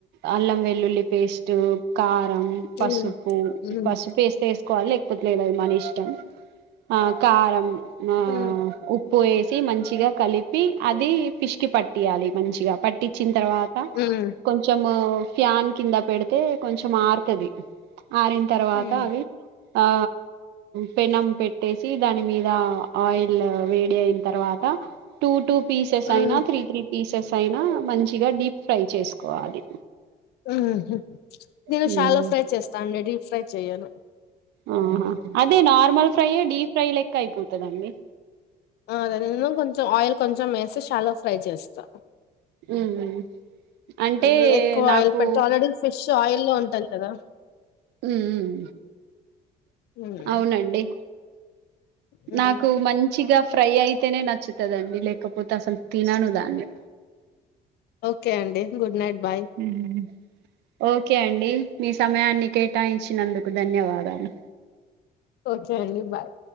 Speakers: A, on the right (about 80°); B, on the left (about 75°).
A: అల్లం వెల్లుల్లి పేస్ట్ కా రం పసుపు
B: మ్మ్ మ్మ్
A: పసుపు ఎస్తే ఎస్ కోవాలి లేకపోతేలేదు అది మన ఇష్టం ఆ కారం
B: మ్మ్
A: ఆ ఉ ప్పుయేసి మంచిగా కలిపి అది ఫిష్ కి పట్టియాలి మంచిగా పట్టించి తర్వాత
B: మ్మ్
A: కొంచము ఫ్యాన్ కింద పెడితే కొంచెం ఆరుతది ఆరిన తర్వాత
B: మ్మ్
A: అవి ఆ పెనం పెట్టేసి దాని మీద ఆయిల్ వేడి అయిన తర్వాత టూ టూ పీసెస్
B: మ్మ్
A: అయినా త్రీ త్రీ పీసెస్ అయినా మంచిగా డీప్ ఫ్రై చేసుకోవాలి,
B: ఉమ్ హూ నేను
A: హ్మ్
B: షాలో ఫ్రై చేస్తానండి డీప్ ఫ్రై చేయను
A: అహా అద్ ది నార్మల్ ఫ్రై యే డీఫ్రై లెక్ క అయిపోతదండి.
B: ఆ అదిఅదేమో కొంచం ఆయిల్ కొంచెం వేసి షాలో ఫ్రై చేస్తా
A: హ్మ్ అంటే
B: హ్మ్ ఎక్కువ
A: నాకు
B: ఆయిల్ పెట ఆల్రెడీ ఫిష్ ఆయిల్ లో ఉం టది కదా
A: ఉమ్
B: మ్మ్,
A: అవునండి
B: మ్మ్.
A: నాకు మంచిగా ఫ్రై అయితేనే నచ్చుతదండి లేకపోతే అసలు తినను దాన్ని
B: ఓకే అండి గుడ్ నైట్ బాయ్
A: హ్మ్. ఓకే అండి మీ సమయాన్ని కేటాయించినందుకు ధన్యవాదాలు
B: ఓకే అండి బాయ్